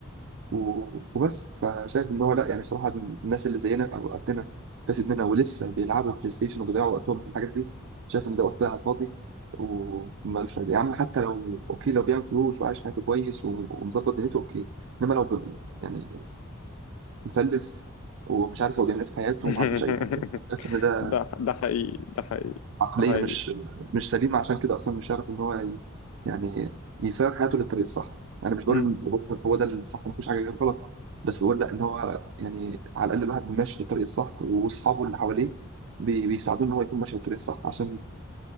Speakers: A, on the right (about 60°); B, on the left (about 80°).
A: و- وبس فشايف ان هو لا يعني بصراحه الناس اللي زينا او قدنا في سننا ولسه بيلعبوا بلاي ستيشن وبيضيعوا وقتهم في الحاجات دي شايف ان ده وقت ضايع على الفاضي ومالوش فايده يا عم حتى لو اوكي لو بيعمل فلوس وعايش حياته كويس و- ومظبط دنيته اوكي انما لو ب... يعني مفلس ومش عارف هو بيعمل ايه في حياته
B: <laughs>
A: وما عندوش اي اهداف شايف ان ده
B: ده ده حقيقي ده حقيقي
A: عقليه
B: ده حقيقي
A: مش مش سليمه عشان كده اصلا مش عارف ان هو ي- يعني يسير حياته للطريق الصح انا مش بقول
B: امم
A: ان هو ده الصح ما فيش حاجه غير غلط بس بقول لا ان هو يعني على الاقل الواحد ماشي في الطريق الصح واصحابه اللي حواليه بي- بيساعدوه ان هو يكون ماشي في الطريق الصح عشان